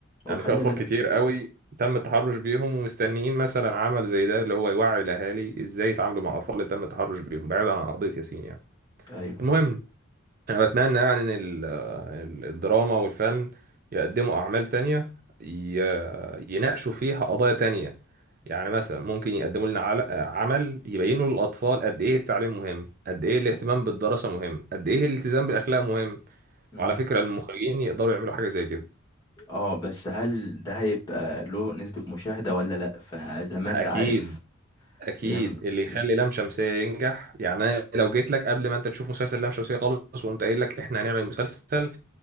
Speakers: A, on the left; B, on the right.
A: وخلي
B: يعني في اطفال
A: بالك
B: كتير قوي تم التحرش بيهم ومستنيين مثلا عمل زي ده اللي هو يوعي الاهالي ازاي يتعاملوا مع الاطفال اللي تم التحرش بيهم بعيد عن قضيه ياسين يعني
A: ايوه
B: المهم انا بتمنى يعني ان ال- ال- الدراما والفن يقدموا اعمال تانية ي- يناقشوا فيها قضايا تانية يعني مثلا ممكن يقدموا لنا عل- عمل يبينوا للاطفال قد ايه التعليم مهم قد ايه الاهتمام بالدراسه مهم قد ايه الالتزام بالاخلاق مهم
A: امم
B: وعلى فكره المخرجين يقدروا يعملوا حاجه زي كده
A: اه بس هل ده هيبقى له نسبة مشاهدة ولا لأ فزي ما
B: اكيد
A: انت عارف
B: اكيد
A: زي ما
B: اللي يخلي
A: ز-
B: لام شمسيه ينجح يعني انا لو جيت لك قبل ما انت تشوف مسلسل لام شمسيه خالص وقمت قايل لك احنا هنعمل مسلسل